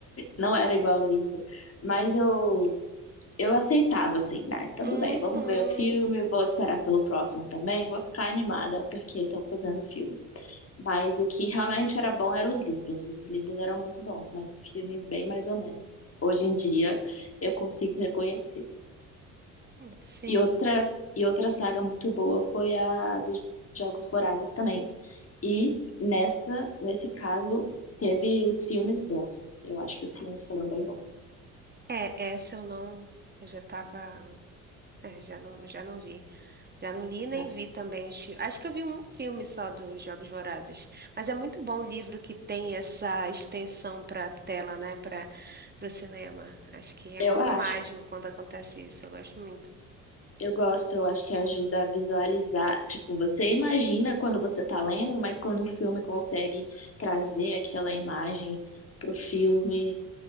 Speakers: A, on the left; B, on the right.
A: Não era igual o livro, mas eu eu aceitava assim, né? Tudo
B: Uhum,
A: bem, vamos ver o filme, vou esperar pelo próximo também, vou ficar animada porque estão fazendo o filme. Mas o que realmente era bom eram os livros. Os livros eram muito bons, mas o filme bem mais ou menos. Hoje em dia eu consigo reconhecer.
B: sim.
A: E outras, e outra saga muito boa foi a dos Jogos Vorazes também. E nessa, nesse caso, teve os filmes bons. Eu acho que os filmes foram bem bons.
B: É, essa eu não, eu já tava, é, já não, já não vi. Já não li nem
A: Assim,
B: vi também os filmes. Acho que eu vi um filme só dos Jogos Vorazes. Mas é muito bom o livro que tem essa extensão para tela, né? Para o cinema. Acho que é
A: eu
B: muito
A: acho.
B: mágico quando acontece isso. Eu gosto muito.
A: Eu gosto, eu acho que ajuda a visualizar. Tipo, você imagina quando você tá lendo, mas quando o filme consegue trazer aquela imagem pro filme,